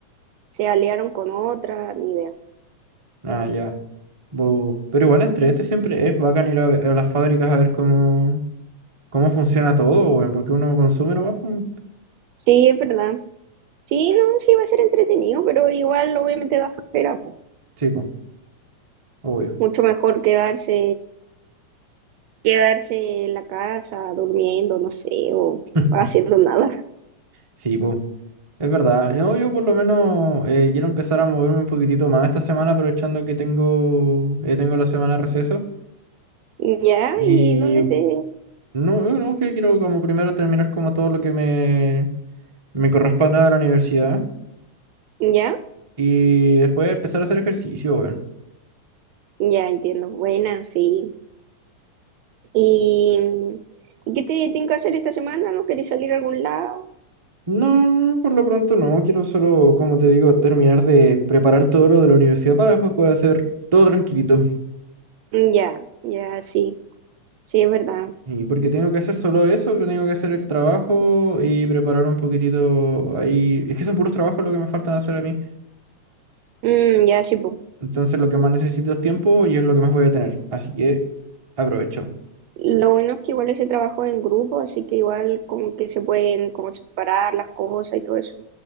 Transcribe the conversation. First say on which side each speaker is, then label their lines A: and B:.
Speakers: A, on the right; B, on the right.
A: se aliaron con otra, ni idea.
B: Ah, ya. Bu, Pero igual entrete siempre es bacán ir a, ve- a las fábricas a ver cómo, cómo funciona todo, weón, porque uno consume nomás. pues,
A: Sí, es verdad. Sí, no, sí va a ser entretenido, pero igual obviamente da flojera, po.
B: Sí, pues, obvio.
A: Mucho mejor quedarse, quedarse en la casa durmiendo, no sé, o
B: <laughs>
A: haciendo nada. <laughs>
B: Sí, pues. Es verdad, no, yo por lo menos eh, quiero empezar a moverme un poquitito más esta semana, aprovechando que tengo, eh, tengo la semana de receso.
A: Ya,
B: Y
A: ¿y dónde te...?
B: no, eh, no, que quiero como primero terminar como todo lo que me, me corresponde de la universidad
A: Ya,
B: y después empezar a hacer ejercicio, weón.
A: ya entiendo. Buena, sí. ¿Y, ¿y qué te tienen que hacer esta semana? ¿No queréis salir a algún lado?
B: No, por lo pronto no, quiero solo, como te digo, terminar de preparar todo lo de la universidad para después poder hacer todo tranquilito.
A: Mm, Ya, ya, sí, sí, es verdad.
B: Y porque tengo que hacer solo eso, que tengo que hacer el trabajo y preparar un poquitito ahí. Es que son puros trabajos lo que me faltan hacer a mí.
A: Mm, ya, sí, pues.
B: Entonces lo que más necesito es tiempo y es lo que más voy a tener. Así que aprovecho.
A: Lo bueno es que igual ese trabajo es en grupo, así que igual como que se pueden como separar las cosas y todo eso.